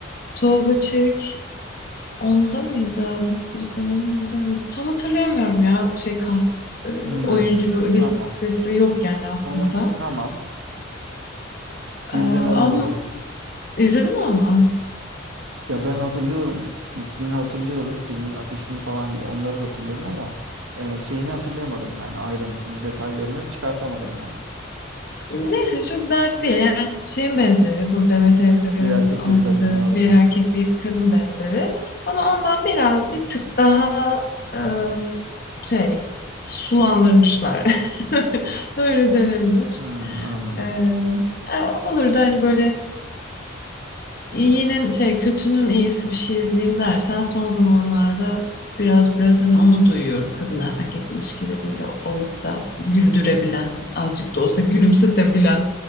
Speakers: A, on the left; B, on the right.
A: Tolga Çevik onda mıydı? Bir sen olur mu da mıydı? Tam hatırlayamıyorum ya şey kast e,
B: Hmm.
A: oyuncu listesi
B: Tamam.
A: yok yani aklımda.
B: Onu tamam. Bizden
A: E,
B: olur
A: ama
B: mu?
A: izledim onu.
B: Ya ben hatırlıyorum ismini hatırlıyorum filmin afişini falan gibi onları da hatırlıyorum ama e, şeyini hatırlayamadım yani ayrıntısını detaylarını çıkartamadım yani.
A: Neyse çok dert değil. Yani şeyin benzeri bu Demet Evgar'ın
B: Bir erkek
A: oynadığı
B: bir kadın ona
A: bir
B: benziyor.
A: erkek bir kadın benzeri. Ama ondan biraz bir tık daha e, şey sulandırmışlar. <laughs> Öyle denebilir.
B: Hmm, anladım.
A: E, e, olur da hani böyle İyinin şey kötünün iyisi bir şey izleyeyim dersen son zamanlarda biraz biraz hani onu duyuyorum kadın erkek ilişkileriyle olup da güldürebilen azıcık da olsa gülümsetebilen